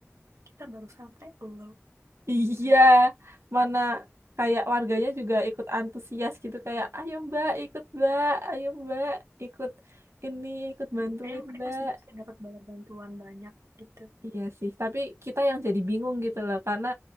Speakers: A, on the right (about 80°); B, on the right (about 60°).
A: kita baru sampai loh.
B: Iya.
A: Gitu.
B: Mana kayak warganya juga ikut antusias gitu. Kayak, ayo Mbak, ikut Mbak. Ayo Mbak, ikut ini, ikut bantuin
A: Kayaknya mereka
B: Mbak.
A: sudah sih dapat banyak bantuan banyak gitu.
B: Iya sih, tapi kita yang jadi bingung gitu loh, karena